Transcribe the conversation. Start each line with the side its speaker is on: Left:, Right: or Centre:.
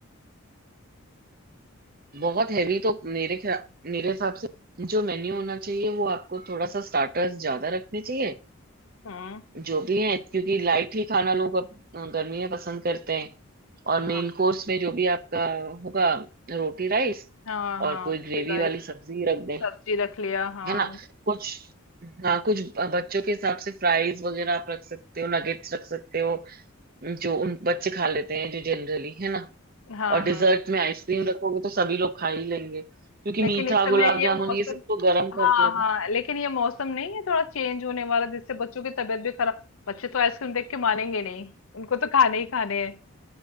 Right: बहुत हैवी तो मेरे ख्या- मेरे हिसाब से जो मेन्यू होना चाहिए वो आपको थोड़ा सा स्टार्टर्स ज्यादा रखने चाहिए
Left: हम्म
Right: जो भी है क्योंकि लाइट ही खाना लोग अब अ, गर्मी में पसंद करते हैं और मेन
Left: हाँ
Right: कोर्स में जो भी आपका होगा रोटी राइस
Left: हाँ हाँ
Right: और कोई
Left: रोटी
Right: ग्रेवी
Left: राइस
Right: वाली सब्जी रख दें
Left: सब्जी रख लिया हाँ
Right: है ना कुछ हाँ कुछ ब- बच्चों के हिसाब से फ्राइज वगैरह आप रख सकते हो नगेट्स रख सकते हो जो उन बच्चे खा लेते हैं जो जनरली है ना
Left: हाँ
Right: और डिजर्ट
Left: हाँ
Right: में आइसक्रीम रखोगे तो सभी लोग खा ही लेंगे क्योंकि
Left: लेकिन
Right: मीठा
Left: इस समय
Right: गुलाब
Left: ये
Right: जामुन
Left: मौसम
Right: ये सब तो गर्म करके
Left: हाँ हाँ लेकिन ये मौसम नहीं है थोड़ा चेंज होने वाला जिससे बच्चों की तबीयत भी खराब बच्चे तो आइसक्रीम देख के मानेंगे नहीं उनको तो खाने ही खाने हैं